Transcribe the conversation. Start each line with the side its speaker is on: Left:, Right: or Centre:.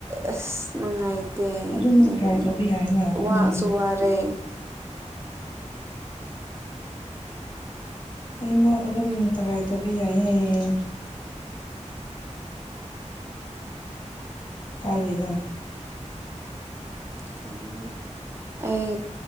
Right: ꯑꯁ ꯅꯨꯡꯉꯥꯏꯇꯦ
Left: ꯑꯗꯨꯝ
Right: ꯍꯥꯏꯕꯅꯦ
Left: ꯇ꯭ꯔꯥꯏ ꯇꯧꯕ ꯌꯥꯏꯅ
Right: ꯋꯥꯁꯨ
Left: ꯑꯅꯤꯃꯛ
Right: ꯋꯥꯔꯦ
Left: ꯑꯅꯤꯃꯛ ꯑꯗꯨꯝ ꯇꯔꯥꯏ ꯇꯧꯕ ꯌꯥꯏꯌꯦꯦ ꯀꯥꯏꯖꯅ
Right: ꯈꯪꯗꯦ ꯑꯩ